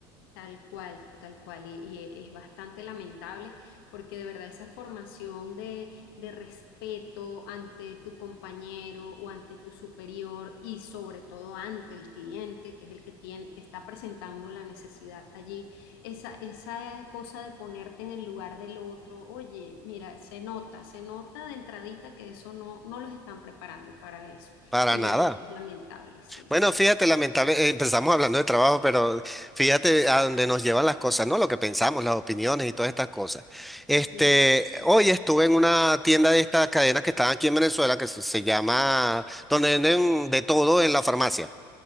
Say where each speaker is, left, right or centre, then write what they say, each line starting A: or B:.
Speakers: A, on the left; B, in the centre.
A: Tal cual, tal cual, y, y e- es bastante lamentable porque de verdad esa formación de, de respeto ante tu compañero o ante tu superior y sobre todo ante el cliente, que es el que tiene, te está presentando la necesidad allí, esa, esa cosa de ponerte en el lugar del otro, oye, mira, se nota, se nota de entradita que eso no, no los están preparando para eso
B: Para
A: y
B: nada.
A: lamentable, sí,
B: Bueno,
A: sí,
B: fíjate, lamentable, eh, empezamos hablando de trabajo, pero fíjate a dónde nos llevan las cosas, ¿no? Lo que pensamos, las opiniones y todas estas cosas. Este,
A: así es.
B: hoy estuve en una tienda de estas cadenas que están aquí en Venezuela, que se se llama, donde venden de todo en la farmacia.